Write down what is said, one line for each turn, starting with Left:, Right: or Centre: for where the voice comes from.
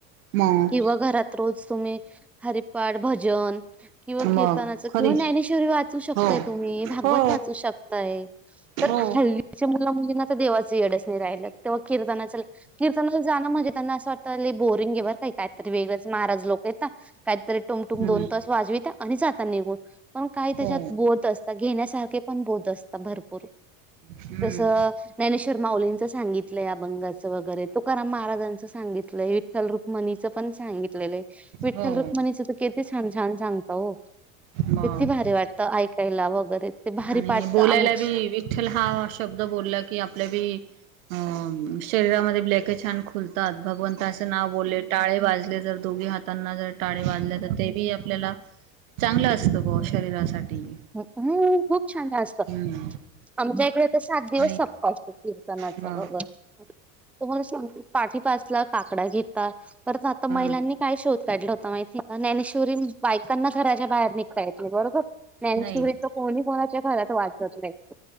Right: मग
Centre: किंवा घरात रोज तुम्ही हरिपाठ, भजन. किंवा कीर्तनाचं
Right: मग खरी
Centre: किंवा ज्ञानेश्वरी वाचू शकताय
Right: हो
Centre: तुम्ही, भागवत
Right: हो
Centre: वाचू शकताय. तर
Right: हो
Centre: हल्लीच्या मुला-मुलींना तर देवाचं येडच नाही राहिलं तेव्हा कीर्तनाच कीर्तनाला जाणं म्हणजे त्यांना असं वाटतं लई बोरिंग बरं काही काय तर ते वेगळंच महाराज लोकं येता काहीतरी टुंगटुंग
Right: हम्म
Centre: दोन तास वाजवित्या आणि जाता निघून. पण काही त्याच्यात
Right: हो
Centre: बोध असता घेण्यासारखे पण बोध असतं भरपूर.
Right: हम्म
Centre: तसं ज्ञानेश्वर माउलींचं सांगितलं अभंगाचं वगैरे तुकाराम महाराजांचं सांगितलंय विठ्ल रुक्माई च पण सांगितलेलं ये विठ्ठल-रुक्मणीच
Right: हो
Centre: तर किती छान- छान सांगता ओ
Right: मग
Centre: किती भारी वाटतं ऐकायला वगैरे भारी
Right: आणि
Centre: पाटत
Right: बोलायला
Centre: आमची
Right: बी वि छल हा शब्द बोला की आपल्या बी अ शरीरामध्ये ब्लॅके छान खू फुलतात भगवंताच नाव बोले टाळे वाजले जर दोघे हातांना जर टाळे वाजले तर ते बी आपल्याला चांगलं असतं बुवा शरीरासाठी.
Centre: हूं.. खूप छान अस त
Right: हम्म
Centre: आमच्या इकडे तर सात दिवस
Right: आणि
Centre: सप्ताह असतो कीर्तनाचा
Right: मग
Centre: बाबा तुम्हाला सांगते पाहटी पाचला काकडा घेता परत आता
Right: हा
Centre: महिलांनी काय शोध काढला होता माहिती का ज्ञानेश्वरी बायकांना घराच्या बाहेर निघता येत नाही बरोबर? ज्ञानेश्वरीच
Right: नाही
Centre: कोणी कोणाच्या घरात वाचत नाही